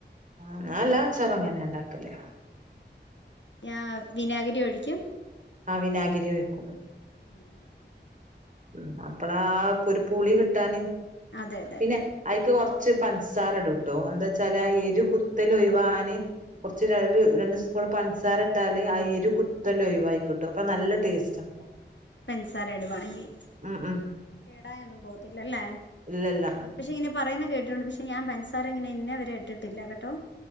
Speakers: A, on the right (about 45°); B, on the left (about 75°).
A: ആ ഞാൻ എല്ലാ അച്ചാറും അങ്ങനെ ഇണ്ടാക്കല്
B: ഞാ വിനാഗിരി ഒഴിക്കും
A: ആ വിനാഗിരി ഒഴിക്കും.
B: മ്
A: മ് അപ്പളാ ആ ഒരു പുളി കിട്ടാന്,
B: അതെ അതെ
A: പിന്നെ അയ്ക്ക് കൊറ് ച്ച് പഞ്സാരടുട്ടോ എന്താച്ചാല് ആ എരു കുത്തല് ഒയ് വാവാന്. കൊറ്ച്ച് ഒര് രണ്ട് സ്പൂൺ പഞ്സാരട്ടാല്, ആ എരു കുത്തൽ ഒഴിവായി കിട്ടും അപ്പൊ നല്ല ടേസ്റ്റ് <inaudible>
B: പെൻസാര ഇടുവാണെങ്കി
A: ഉം ഉം
B: കേടായൊന്നും പോവ്ത്തില്ലല്ലേ?
A: ഇല്ലല്ല
B: പക്ഷെ ഇങ്ങനെ പറയുന്ന കേട്ടിട്ടുണ്ട് പക്ഷേ, ഞാൻ പൻസാരങ്ങനെ ഇന്നേവരെ ഇട്ട്ട്ടില്ല കേട്ടോ